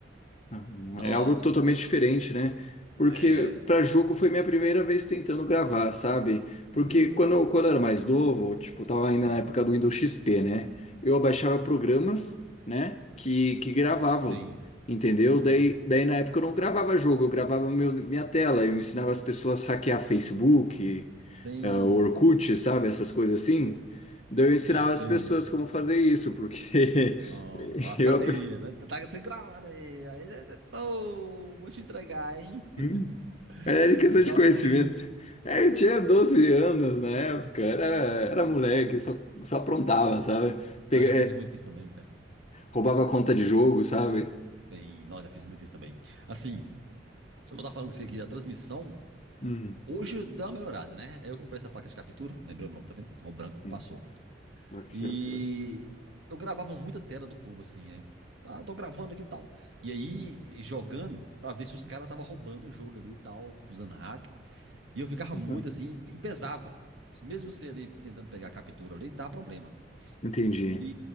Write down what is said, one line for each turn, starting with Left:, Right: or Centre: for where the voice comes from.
Left: Uhum,
Right: Nossa,
Left: É algo totalmente
Right: velho.
Left: diferente, né? Porque
Right: É.
Left: para jogo foi minha primeira vez tentando gravar, sabe? Porque
Right: Hum,
Left: quando, quando eu era mais novo, tipo, tava
Right: sim.
Left: ainda na época do Windows XP, né? Eu baixava programas, né? Que, que gravavam,
Right: Sim.
Left: entendeu?
Right: Não.
Left: Daí, daí na época eu não gravava jogo, eu gravava meu- minha tela, eu ensinava as pessoas a hackear Facebook,
Right: Sim.
Left: eh, Orkut, sabe? Essas coisas assim. Daí eu ensinava
Right: Sim.
Left: as pessoas como fazer isso, porque
Right: Não.
Left: <laughs>
Right: As
Left: eu
Right: cadeias.
Left: aprendi.
Right: né? Tá sendo gravado aí. Aí você. Pô, vou te entregar, hein? <laughs>
Left: Hum. Mas era questão
Right: Vou chamar
Left: de conhecimento.
Right: a polícia.
Left: É, eu tinha 12 anos na época, era, era
Right: Nossa.
Left: moleque, só, só aprontava, sabe? Pega,
Right: Não, eu já
Left: é,
Right: fiz muito isso também, cara.
Left: roubava conta de jogo, sabe?
Right: Sim, nós já fiz muito isso também. Assim, eu tava falando com você aqui da transmissão.
Left: Hum.
Right: Hoje deu uma melhorada, né? Aí eu comprei essa placa de captura. Lembrei o nome, tá vendo? Ó, o branco
Left: Sim.
Right: passou.
Left: Só que
Right: E
Left: tinha fora.
Right: eu gravava muita tela do povo assim, é. Ah, tô gravando aqui e tal. E aí, jogando, pra ver se os caras tava roubando o jogo ali e tal, usando hack. E eu ficava
Left: Hum.
Right: muito assim, e e pesava. Mesmo você ali tentando pegar a captura ali, dá problema.
Left: Entendi.
Right: E